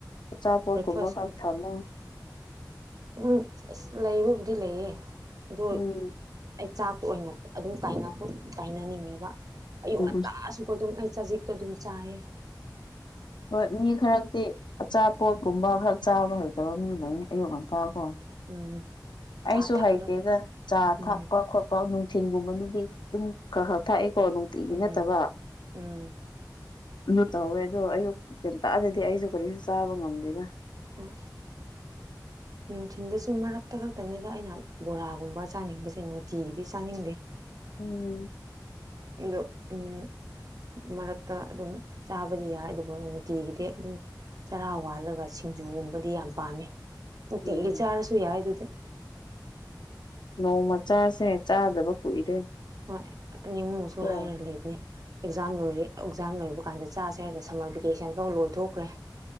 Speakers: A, on the left; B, on the right.
A: ꯑꯆꯥꯄꯣꯠ
B: ꯕ꯭ꯔꯦꯛꯐꯥꯁꯀꯨꯝꯕ
A: ꯀꯨꯝꯕ ꯈꯛ ꯊꯝꯃꯨ
B: ꯎꯝ ꯑꯁ ꯂꯩꯕꯕꯨꯗꯤ ꯂꯩꯌꯦ ꯑꯗꯨ
A: ꯎꯝ
B: ꯑꯩ ꯆꯥꯛꯇ ꯑꯣꯏꯅ ꯑꯗꯨꯝ ꯇꯥꯏꯅꯅꯤꯡꯉꯦꯕ ꯑꯌꯨꯛ
A: ꯎꯝ
B: ꯉꯟꯇꯥꯁꯨ
A: ꯎꯝ
B: ꯑꯗꯨꯝ ꯑꯩ ꯆꯖꯤꯛ ꯇ ꯑꯗꯨꯝ ꯆꯥꯏꯑꯦ꯫
A: ꯍꯣꯏ ꯃꯤ ꯈꯔꯛꯇꯤ ꯑꯆꯥꯄꯣꯠꯀꯨꯝꯕ ꯈꯔ ꯆꯥꯕ ꯍꯩꯇꯕ
B: ꯎꯝ
A: ꯃꯤ ꯂꯩ ꯑꯌꯨꯛ ꯉꯟꯇꯥ ꯀꯣ
B: ꯎꯝ ꯆꯥ
A: ꯑꯩꯁꯨ
B: ꯊꯛꯑꯒ
A: ꯍꯩꯇꯦꯗ ꯆꯥ
B: ꯎꯝ
A: ꯊꯛꯄ ꯈꯣꯠꯄ꯫ ꯅꯨꯡꯊꯤꯟꯒꯨꯝꯕꯅꯗꯤ ꯑꯗꯨꯝ ꯈꯔ ꯈꯔ ꯊꯥꯛꯑꯦꯀꯣ ꯇꯤꯒꯤ
B: ꯎꯝ
A: ꯅꯠꯇꯕ
B: ꯎꯝ
A: ꯑꯗꯨ ꯇꯧꯋꯦ ꯑꯗꯣ ꯑꯌꯨꯛ ꯀꯩꯝ ꯇꯥꯛꯑꯗꯗꯤ ꯑꯩꯁꯨ ꯀꯔꯤꯁꯨ ꯆꯥꯕ ꯉꯝꯗꯦꯗ
B: <unintelligible> ꯅꯨꯡꯊꯤꯟꯗꯁꯨ ꯃꯔꯛꯇ ꯈꯛꯇꯅꯤꯗ ꯑꯩꯅ ꯕꯣꯔꯥꯒꯨꯝꯕ ꯆꯥꯅꯤꯡꯕꯁꯦ ꯅꯨꯡꯇꯤꯒꯤꯗꯤ ꯆꯥꯅꯤꯡꯗꯦ
A: ꯎꯝ
B: ꯑꯗꯣ ꯎ ꯃꯔꯛꯇ ꯑꯗꯨꯝ ꯆꯥꯕꯗꯤ ꯌꯥꯏ ꯑꯗꯨꯕꯨ ꯅꯨꯡꯇꯤꯒꯤꯗꯤ ꯑꯗꯨꯝ ꯆꯔꯥ ꯋꯥꯜꯂꯒ ꯁꯤꯡꯖꯨꯒꯨꯝꯕꯗꯤ ꯌꯥꯝ ꯄꯥꯝꯃꯦ ꯅꯨꯡꯇꯤꯒꯤ
A: ꯎꯝ
B: ꯆꯥꯔꯁꯨ ꯌꯥꯏ ꯑꯗꯨꯗꯤ
A: ꯅꯣꯡꯃ ꯆꯥꯁꯦ ꯆꯥꯗꯕ ꯀꯨꯏꯔꯦ
B: ꯍꯣꯏ ꯅꯤꯡꯃꯨꯁꯨ
A: ꯀꯣ
B: ꯍꯥꯏꯔ ꯂꯩꯕꯅꯦ ꯑꯦꯛꯖꯥꯝ ꯂꯣꯏꯔꯦ ꯑꯦꯛꯖꯥꯝ ꯂꯣꯏꯕ ꯀꯥꯟꯗ ꯆꯥꯁꯦꯔꯒ ꯁꯝꯃꯔ ꯕꯦꯀꯦꯁꯟ ꯐꯥꯎ ꯂꯣꯏꯊꯣꯛꯈ꯭ꯔꯦ